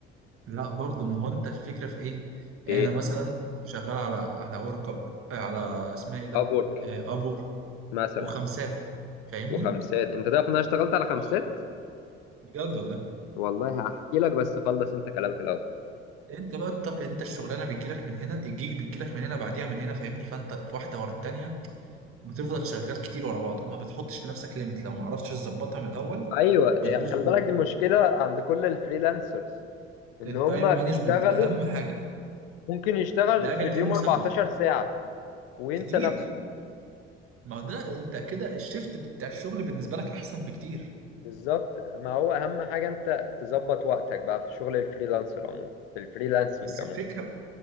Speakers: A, on the right; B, on the left.
A: لا برضو ما هو انت الفكرة في ايه؟ يعني
B: ايه
A: انا مثلا شغال على على ورك اب على اسمها ايه ده؟
B: ابورك
A: ابور
B: مثلا
A: وخمسات فاهمني؟
B: وخمسات انت تعرف ان انا اشتغلت على خمسات
A: اه بجد والله
B: والله هحكي لك بس خلص انت كلامك الاول
A: انت بقى الط- انت الشغلانه بتجيلك من هنا الجيج بيجيلك من هنا بعديها من هنا فاهمني فانت في واحده ورا التانيه بتفضل شغال كتير ورا بعض وما بتحطش لنفسك ليميت لو ما عرفتش تظبطها من الاول
B: ايوه
A: بتبوظ
B: آه، خلي
A: منك
B: بالك دي مشكله عند كل الفريلانسرز ان
A: التايم
B: هم
A: مانجمنت
B: بيشتغلوا
A: اهم حاجه
B: ممكن يشتغل
A: لاجل
B: في اليوم
A: غير مسمى
B: 14 ساعه وينسى
A: كتير
B: نفسه
A: ما ده انت كده الشيفت بتاع الشغل بالنسبه لك احسن بكتير
B: بالظبط ما هو اهم حاجه انت تظبط وقتك بقى في شغل الفريلانسر عموما في الفريلانسنج
A: بس
B: عموما
A: الفكره